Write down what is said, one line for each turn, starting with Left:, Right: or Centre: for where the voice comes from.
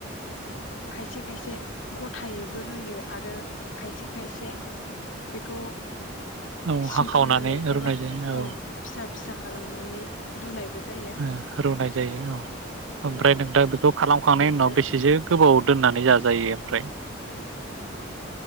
Left: खायसे खायसे गथायैबो रुयो आरो खायसे खायसे बेखौ
Right: औ
Left: सिंखावनानै
Right: हाखावनानै
Left: एबा
Right: रुनाय जायो
Left: ओं
Right: औ।
Left: फिसा फिसा खालामनानै रुनायबो जायो
Right: ओ रुनाय जायो औ। ओमफ्राय
Left: ओ
Right: नों दा बेखौ खालामखांनायनि
Left: बेनिफ्राय
Right: उनाव बेसेसो गोबाव दोननानै जाजायो? ओमफ्राय